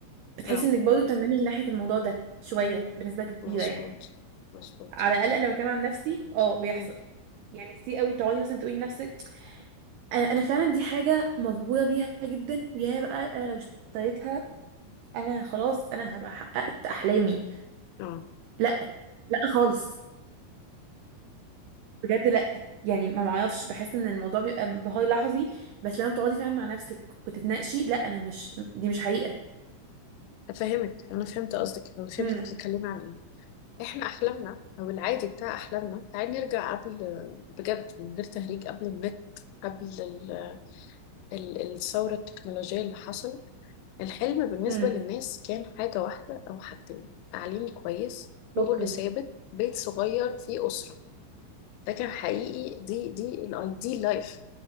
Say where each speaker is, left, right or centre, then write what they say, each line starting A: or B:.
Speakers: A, on the right; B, on the left.
A: بتحسي
B: اه
A: انك برضه بتندمجي ناحية الموضوع ده شوية بنسبة كبيرة
B: مظبوط
A: يعني
B: مظبوط
A: على الأقل أنا بتكلم عن نفسي اه بيحصل
B: مم.
A: يعني كتير قوي تقعدي مثلا تقولي لنفسك أنا أنا فعلا دي حاجة مبهورة بيها جدا ويا بقى أنا لو اشتريتها أنا خلاص أنا هبقى حققت أحلامي
B: اه
A: لا لا خالص بجد لا يعني ما معرفش بحس ان الموضوع بيبقى انبهار لحظي بس لما بتقعدي فعلا مع نفسك وتتناقشي لا انا مش دي مش حقيقة
B: فاهمك انا فهمت قصدك انا فهمت
A: هم
B: بتتكلمي عن ايه احنا احلامنا او العادي بتاع احلامنا تعالي نرجع قبل بجد من غير تهريج قبل النت قبل ال... ال... الثوره التكنولوجيه اللي حصلت الحلم بالنسبه
A: هم
B: للناس كان حاجه واحده او حاجتين تعليم كويس
A: اوكي
B: شغل ثابت بيت صغير فيه اسره ده كان حقيقي دي دي الايديال لايف